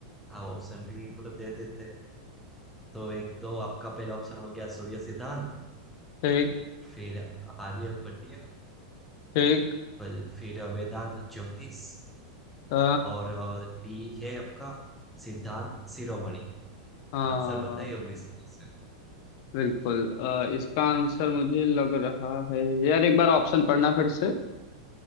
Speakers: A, in the centre; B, on the left (about 40°).
A: हाँ ऑप्शन भी मतलब दे देते हैं तो एक तो आपका पहला ऑप्शन हो गया सूर्य सिद्धांत
B: ठीक
A: फिर आर्यभट्टिय
B: ठीक
A: पर फिर वेदांत ज्योतिष
B: अ,
A: और अ, डी है आपका सिद्धांत शिरोमणि
B: हाँ
A: आंसर बताइए ओबीसी में से
B: बिल्कुल अ, इसका आंसर मुझे लग रहा है यार एक बार ऑप्शन पढ़ना फिर से